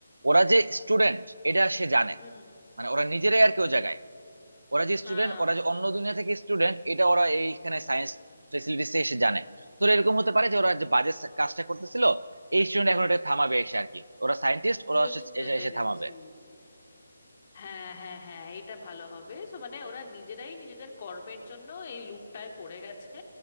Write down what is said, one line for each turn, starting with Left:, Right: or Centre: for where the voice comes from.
Right: ওরা যে স্টুডেন্ট এটা সে জানে
Left: হুম
Right: মানে ওরা নিজেরাই আর কি ওই জায়গায় ওরা যে স্টুডেন্ট
Left: হ্যাঁ
Right: ওরা যে অন্য দুনিয়া থেকে স্টুডেন্ট এটা ওরা এইখানে সায়েন্স ফেসিলিটিস এসে জানে তো এরকম হতে পারে যে ওরা যে বাজে কাজটা করতেছিল এই স্টুডেন্ট এখন এটা থামাবে এসে আর কি ওরা সায়েন্টিস্ট
Left: বুঝতে
Right: ওরা এসে
Left: পেরেছি
Right: এসে থামাবে
Left: হ্যাঁ হ্যাঁ হ্যাঁ এটা ভালো হবে সো মানে ওরা নিজেরাই নিজেদের কর্মের জন্য এই লুপটায় পড়ে গেছে